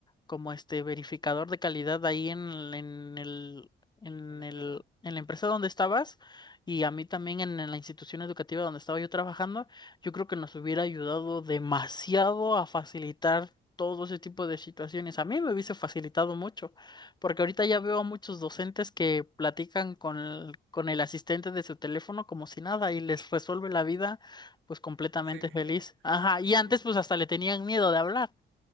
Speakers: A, on the left (about 20°); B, on the right (about 80°).
A: como este verificador de calidad ahí en, el- en el, en
B: en la empresa.
A: el, en la empresa donde estabas y a mí también en, en la institución educativa donde estaba yo trabajando, yo creo que nos hubiera ayudado demasiado a facilitar todo ese tipo de situaciones. A mí me hubiese facilitado mucho. Porque ahorita ya veo a muchos docentes que platican con el, con el asistente de su teléfono como si nada y les resuelve la vida pues completamente
B: Sí, <laughs>
A: feliz. Ajá,
B: sí,
A: y antes
B: sí.
A: pues hasta le tenían miedo de hablar.